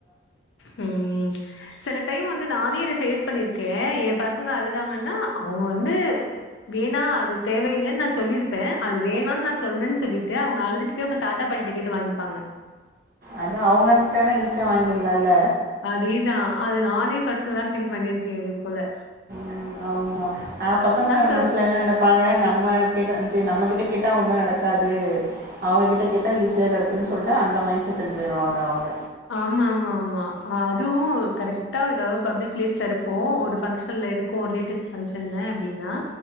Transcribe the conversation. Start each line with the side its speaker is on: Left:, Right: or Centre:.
Left: உம். சில டைம் வந்து நானே இத ஃபேஸ் பண்ணிருக்கே ஏ பசங்க அழுதாங்கன்னா அவுங்க வந்து வேணா அது தேவேயில்லனு நா சொல்லிருப்பே அது வேணுணு நா சொன்னேன்னு சொல்லிட்டு அவங்க அழுதுட்டு போய் அவங்க தாத்தா பாட்டிட்ட கேட்டு வாங் பாங்க
Right: அது அவுங்கட்டனா ஈஸியா வாங்கிர்லால
Left: அதேதா அது நானே பர்ஸ்னலா ஃபீல் பண்ணிருக்கே இதுபோல
Right: ம் ஆமா ஆ்ஹ் பசங்ககாரன்
Left: சொல்
Right: மனசுல என்ன நெனப்பாங்க நம்ம கிட்ட சேர் நம்ம கிட்ட கேட்டா ஒன்னு நடக்காது அவ்ங்க கிட்ட கேட்டா ஈஸியா கெட சின்னுன் சொல்ட்டா அந்த மைண்ட் செட்டுக்கு போயிற்வாங்க அவுங்க
Left: ஆமாம் ஆமா ஆது இதுவு கரெக்ட்டா எதாவ் பப்ளிக் பிளேஸ்ல இருப் இப்போ ஒரு ஃபங்க்ஷன்ல இருக்கோ ஒரு ரிலேட்டிவ்ஸ் ஃபங்க்ஷன்ல அப்டின்னா